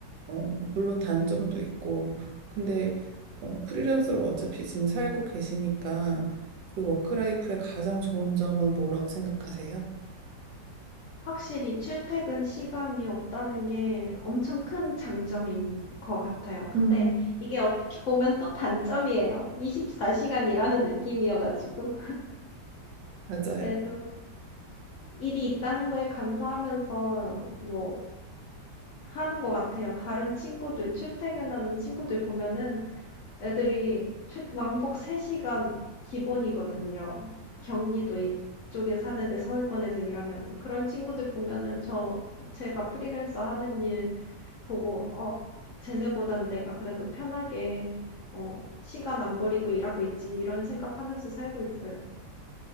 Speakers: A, on the right; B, on the left.
A: 어, 물론 단점도 있고. 근데 어, 프리랜서로 어차피 지금 살고 계시니까 그 워크라이프의 가장 좋은 점은 뭐라고 생각하세요?
B: 확실히 출퇴근 시간이 없다는 게 엄청 큰 장점인 것 같아요. 근데
A: 음,
B: 이게 어떻게 보면 또 단점이에요. 24시간 일하는 느낌이어가지고.
A: 맞아요.
B: 그래도 일이 있다는 거에 감사하면서 뭐 하는 것 같아요. 다른 친구들, 출퇴근하는 친구들 보면은 애들이 출, 왕복 3시간 기본이거든요. 경기도 이- 쪽에 사는데 서울권에서 일하면은 그런 친구들 보면은 저 제가 프리랜서 하는 일 보고 어 쟤네보단 내가 그래도 편하게 어 시간 안 버리고 일하고 있지 이런 생각하면서 살고 있어요.